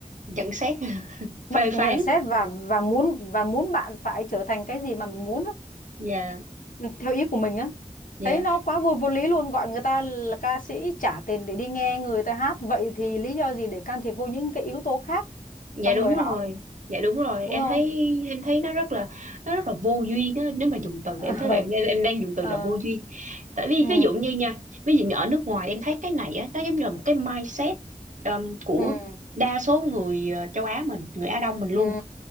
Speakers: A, on the right (about 65°); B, on the left (about 85°).
A: nhận xét <laughs>
B: bắt-
A: phê phán
B: nhận xét và và muốn và muốn bạn phải trở thành cái gì mà mình muốn á,
A: dạ
B: ừ, theo ý của mình á
A: dạ
B: thấy nó quá vô vô lý luôn gọi người ta là ca sĩ trả tiền để đi nghe người ta hát vậy thì lý do gì để can thiệp vô những cái yếu tố khác trong
A: dạ đúng
B: đời
A: rồi
B: họ
A: dạ đúng rồi
B: đúng
A: em
B: không
A: thấy em thấy nó rất là nó rất là vô duyên á nếu mà dùng từ
B: <laughs>
A: thì em thấy là em,
B: ờ
A: em em đang dùng từ
B: ờ
A: là vô duyên tại vì
B: ừ
A: ví dụ như nha ví dụ như ở nước ngoài em thấy cái này á nó giống như là một cái mindset um, của
B: ừ
A: đa số người ờ, châu Á mình người Á Đông mình luôn
B: ừ